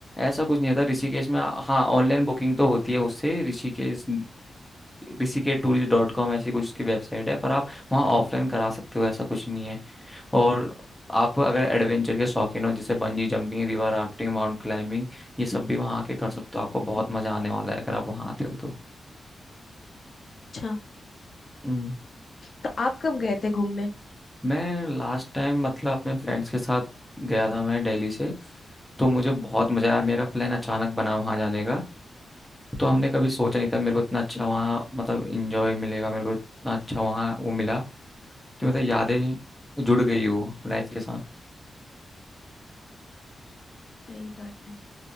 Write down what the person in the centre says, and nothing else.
ऐसा कुछ नहीं था ऋषिकेश में हाँ ऑनलाइन बुकिंग तो होती है उससे ऋषिकेश ऋषिकेश टूरिस्ट डॉट कॉम ऐसी कुछ उसकी वेबसाइट है पर आप वहाँ ऑफलाइन करा सकते हो ऐसा कुछ नहीं है और आप अगर एडवेंचर के शौकीन हो जैसे bungee jumping river rafting mount climbing ये सब भी वहाँ आके कर सकते हो आपको बहुत मजा आने वाला है अगर आप वहाँ आते हो तो
हम्म,
मैं लास्ट टाइम मतलब अपने फ्रेंड्स के साथ गया था मैं दिल्ली से तो मुझे बहुत मजा आया मेरा प्लान अचानक बना वहाँ जाने का तो हमने कभी सोचा नहीं था मेरे को इतना अच्छा वहाँ मतलब इंजॉय मिलेगा मेरे को इतना अच्छा वहाँ वो मिला कि मतलब यादें जुड़ गई हो लाइफ के साथ